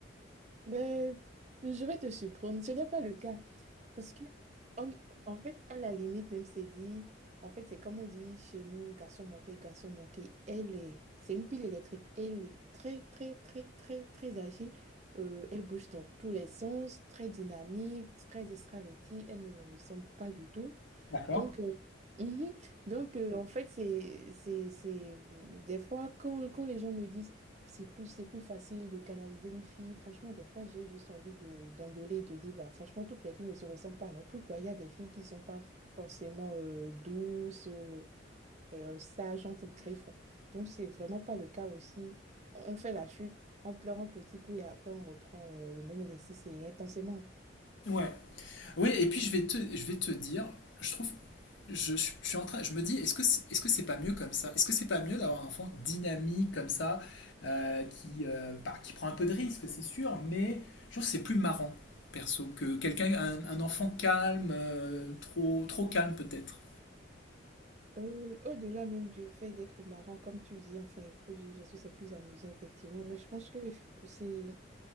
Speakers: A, on the right; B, on the left.
A: Mais je vais te surprendre, ce n'est pas le cas. Parce que, on- en fait, à la limite, même c'est dit, en fait, c'est comme on dit chez nous, garçon manqué, garçon manqué, elle est, c'est une pile électrique, elle est très, très, très, très, très agile, Euh, elle bouge dans tous les sens, très dynamique, très extravertie, elle ne me ressemble pas du tout.
B: D'accord.
A: Donc, euh, mhm. Donc euh, en fait, c'est, c'est, c'est... Des fois, quand, quand les gens me disent c'est plus, c'est plus facile de canaliser une fille, franchement, des fois, j'ai juste envie de, d'engueuler et de dire, bah, franchement, toutes les filles ne se ressemblent pas non plus, quoi. Il y a des filles qui sont pas forcément euh, douces euh, et euh, sages, entre griffes. Donc, c'est vraiment pas le cas aussi. On fait la chute, on pleure un petit coup et après, on reprend euh, le même exercice et intensément.
B: Ouais. Oui, et puis je vais te, je vais te dire, je trouve, je, je suis en train, je me dis, est-ce que c'est, est-ce que c'est pas mieux comme ça? Est-ce que c'est pas mieux d'avoir un enfant dynamique comme ça, euh, qui, euh, bah, qui prend un peu de risque, c'est sûr, mais je trouve que c'est plus marrant, perso, que quelqu'un, un, un enfant calme, euh, trop, trop calme peut-être.
A: Euh, au-delà même du fait d'être marrant, comme tu dis, enfin, faut dire parce que c'est plus amusant, effectivement, mais je pense que c'est,